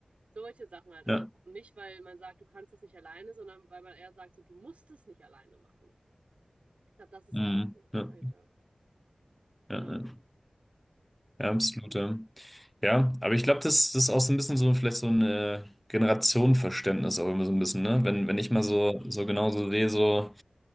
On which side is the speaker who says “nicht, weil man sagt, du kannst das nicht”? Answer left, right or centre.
Right